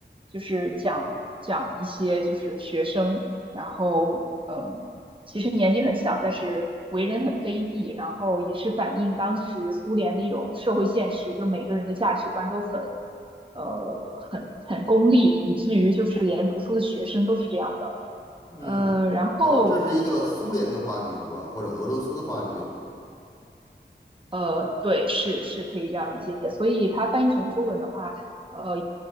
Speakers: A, on the right; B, on the left.
A: 就是讲讲一些就是学生，然后嗯，其实年纪很小，但是为人很卑鄙，然后也是反映当时苏联的一种社会现实，就每个人的价值观都很呃很很功利，以至于就是连读书的学生都是这样的。
B: 嗯，
A: 呃，然后
B: 然后这是一个苏联的话剧是吧？或者俄罗斯的话剧
A: 呃，对，是是可以这样理解。所以它翻译成中文的话，呃，